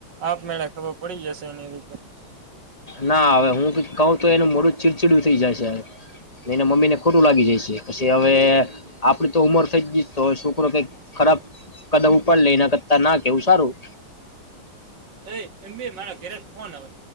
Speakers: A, on the right (about 60°); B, on the left (about 25°).
A: આપ મેળ ખબર પડી જશે એની રીતે.
B: ના હવે હું કંઈક કઉ તો એનું મોઢું ચીડચિડું થઈ જાય છે. એને મમ્મી ને ખોટું લાગી જઈ છે, પછી હવે આપડી તો ઉમર થઈ જ ગઈ તો છોકરો કઈક ખરાબ કદમ ઉપાડ લે ઈના કરતા ના કેવું સારું.
A: એ એમબી મારા ઘરેથી ફોન આવે.